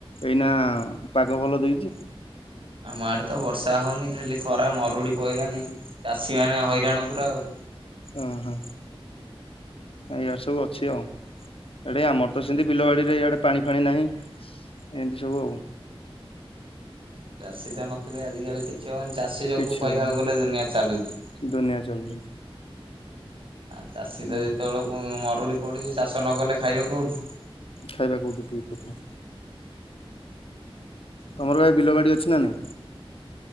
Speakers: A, on the left (about 65°); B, on the right (about 60°).
A: ଏଇନା ପାଗ ଭଲ ଦେଇଚି।
B: ଆମ ଆଡ଼େ ତ ବର୍ଷା ହୋଉନି ଖାଲି ଖରା ମରୁଡ଼ି ପଇଲାଣି ଚାଷୀ ମାନେ ହଇରାଣ ପୁରା ଆଉ।
A: ଓହୋ ଏଆରେ ସବୁ ଅଛି ଆଉ। ଏଇଡ଼େ ଆମର ତ ସେମିତି ବିଲବାଡ଼ିରେ ଇଆଡ଼େ ପାଣି ଫାଣି ନାହିଁ ଏମିତି ସବୁ ଆଉ।
B: ଚାଷୀ ଟା ନଥିଲେ ଆଜି କାଲି କିଛି ହବନି। ଚାଷୀ ଯୋଗୁ
A: କିଛି
B: କହିବାକୁ
A: ହବନି
B: ଗଲେ ଦୁନିଆ ଚାଲୁଛି।
A: ଦୁନିଆ ଚାଲୁଛି।
B: ଆଉ ଚାଷୀ
A: ହୁଁ
B: ତ ଯେତେବେଳେ ମରୁଡ଼ି ପଡ଼ିଛି। ଚାଷ ନ କଲେ ଖାଇବ କୋଉଠୁ?
A: ଖାଇବା କୋଉଠୁ ଠିକ୍ କଥା। ତମର ଭାଇ ବିଲ ବାଡ଼ି ଅଛି ନା ନାଇଁ?